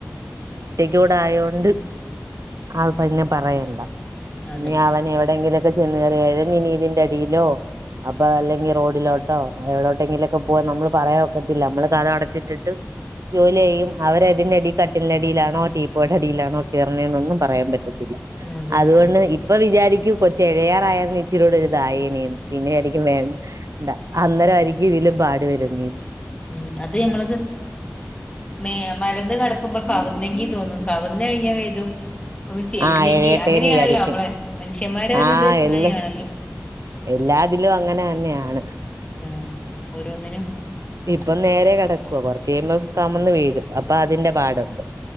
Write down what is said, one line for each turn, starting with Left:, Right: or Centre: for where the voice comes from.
Right: ടെ ആയൊണ്ട് അഹ്‌ പിന്നെ പറയണ്ട
Left: അതെ
Right: ഇനി അവൻ എവിടെങ്കിലും ചെന്ന് കേറിയാൽ ഇഴഞ്ഞ് ഇതിന്റെ അടിയിലോ അപ്പ അല്ലെങ്കി റോഡിലോട്ടൊ എവിടോട്ടെങ്കിലു ഒക്ക പോവ നമ്മൾ പറയാ ഒ ക്കത്തില്ല നമ്മള് കതകടച്ചിട്ടിട്ട് ജോലിയ്യും അവര് ഇതിന്റടി കട്ടിലിന്റെ അടിയിലാണൊ ടീപ്പോയിടെ അടിലാണോ കേറുന്നെ ഒന്നും പറയാൻ പ റ്റില്ല
Left: അതെ
Right: അതുകൊണ്ട്
Left: അതെ
Right: ഇപ്പ വിചാരി നി കൊച്ച് എഴയാറായെര്ന്നെ ഇച്ചിരൂടൊരു ഇതായെനേം പിന്നെ വിചാരിക്കും വേണ്ട അന്നരായിരിക്കും ഇതിലും പാട് വര്ന്നെന്ന്.
Left: ഉം അത് ഞമ്മളത് മെ മലർന്ന് കെ ടക്കുമ്പ കവുന്നെങ്കി തോന്നും കവിന്നുകഴിഞ്ഞാലിതും ഒന്നു ചെരിഞ്ഞങ്കി
Right: ആഹ് എഴയട്ടേന്ന്
Left: അങ്ങനെയാണല്ലോ
Right: വിചാരിക്കും
Left: നമ്മള് മനുഷ് നമ്മടെ ഒരു
Right: ആഹ്
Left: ഇത് അങ്ങനെയാണല്ലോ
Right: എല്ലാ എല്ലാതിലും അങ്ങനന്നെയാണ്
Left: ഉം ഓരോന്നിനും
Right: ഇപ്പം നേരെകിടക്കുവാ കൊറച്ച് കഴിയുമ്പോ കമന്ന് വീഴും അപ്പം അതിൻ്റെ പാടൊണ്ട്